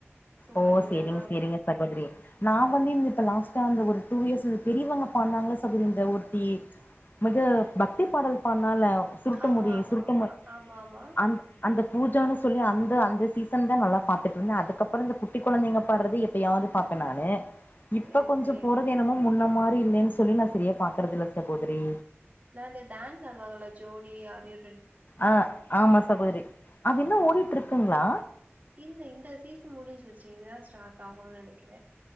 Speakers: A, on the right (about 35°); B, on the left (about 40°).
A: சூப்பர்
B: ஓ
A: சிங்கர்லா
B: சேரிங்க சேரிங்க சகோதரி நா வந்து இந்த இப்ப லாஸ்ட் ந்த ஒரு டூ இயர்ஸ் பெரியவங்க பாடுனாங்கள சகோதரி ஒருத்தி மிக பக்தி பாடல் பாடுனால சுருட்டுமுடி
A: ஆமா ஆமா
B: சுருட்டுமு
A: ஆமா ஆமா ஆமா
B: அந் அந்த பூஜான்னு சொல்லி அந்த அந்த சீசன் தா நல்லா பாத்துட்டு இருந்தே அதுக்கப்றோ இந்த குட்டி குழந்தைங்க பாடுறது எப்ப யாது பாப்பே நானு
A: செரி
B: இப்ப கொஞ்ச
A: செரி
B: போறது என்னமோ முன்ன மார் இல்லன்னு சொல்லி நா சரியா பாக்குறதகல்ல சகோதரி
A: நா இந்த டான்ஸ் ஆடுவாங்கல்ல ஜோடி ஆர் யு
B: அ ஆமா சகோதரி அது இன்னு ஓடிட் இருக்குங்களா
A: இல்ல இந்த சீசன் முடிஞ்சிருச்சி இனிமே தா ஸ்டார்ட் ஆகுனு நெனைக்கிறே